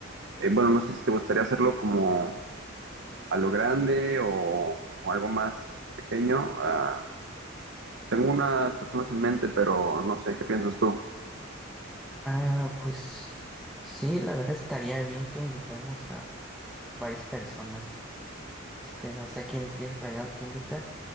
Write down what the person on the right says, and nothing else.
eh, bueno, no sé si te gustaría hacerlo como a lo grande o, o algo más pequeño. Ah, tengo unas personas en mente, pero no sé, ¿qué piensas tú?